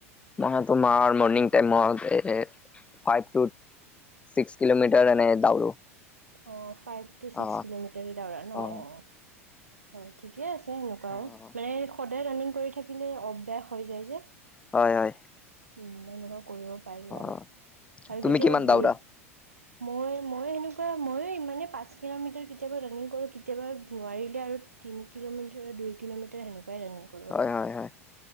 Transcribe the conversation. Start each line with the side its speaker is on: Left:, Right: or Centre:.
Left: মই তোমাৰ মৰ্ণিং টাইমত এ ফাইভ তু চিক্স কিলমিটাৰ এনেকে দাউৰো।
Right: অ' ফাইভ টু ছিক্স
Left: অ
Right: কিলোমিটাৰে দাৱৰা ন
Left: অ
Right: অ' হয় ঠিকে আছে। এনেকুৱা
Left: অ
Right: মানে সদায় ৰানিং কৰি থাকিলে অভ্যাস হৈ যায় যে।
Left: হয়-হয়।
Right: উম, এনেকুৱা কৰিব পাৰি আৰু-আৰু
Left: অ তুমি
Right: কেতিয়াবা
Left: কিমান
Right: ভৰি
Left: দাউৰা
Right: মই-মই সেনেকুৱা মই মানে পাঁচ কিলোমিটাৰ কেতিয়াবা ৰানিং কৰো। কেতিয়াবা নোৱাৰিলে আৰু তিনি কিলোমিটাৰ দুই কিলোমিটাৰ সেনেকুৱাই ৰানিং কৰো।
Left: হয়-হয়-হয়